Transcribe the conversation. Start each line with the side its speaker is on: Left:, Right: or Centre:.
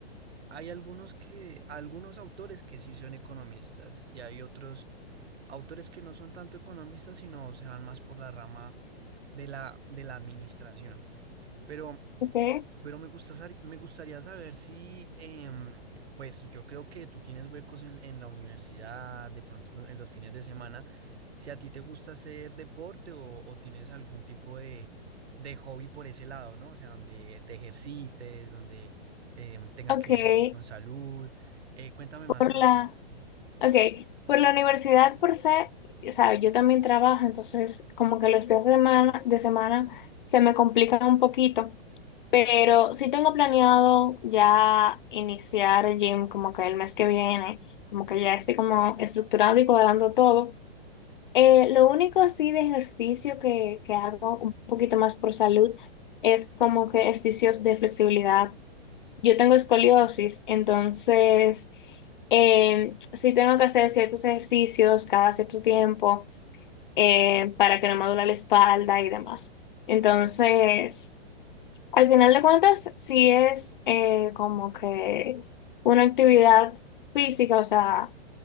Right: hay algunos que, algunos autores que sí son economistas y hay otros autores que no son tanto economistas, sino se van más por la rama de la, de la administración. Pero
Left: okay
Right: Pero me gusta, sar- me gustaría saber si, em, pues yo creo que tú tienes huecos en, en la universidad, de pronto lo- en los fines de semana, si a ti te gusta hacer deporte o, o tienes algún tipo de, de hobby por ese lado, ¿no? O sea, donde te ejercites, donde em, tenga
Left: okay
Right: que ver con salud. Eh, cuéntame más
Left: por
Right: sobre
Left: la,
Right: eso.
Left: okay, por la universidad por se, o sea, yo también trabajo, entonces como que los días de semana, de semana se me complican un poquito Pero sí tengo planeado ya iniciar el gym como que el mes que viene, como que ya estoy como estructurando y cuadrando todo. Eh, lo único así de ejercicio que, que hago un poquito más por salud es como que ejercicios de flexibilidad. Yo tengo escoliosis, entonces eh, sí tengo que hacer ciertos ejercicios cada cierto tiempo eh, para que no me duela la espalda y demás. Entonces... Al final de cuentas, sí es eh, como que una actividad física, o sea,